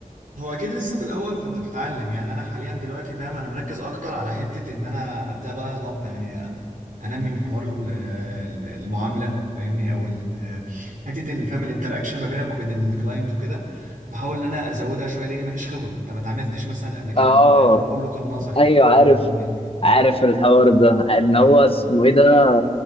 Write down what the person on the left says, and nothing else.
اه
ايوه عارف
عارف الحوار ده ان
هو اسمه ايه ده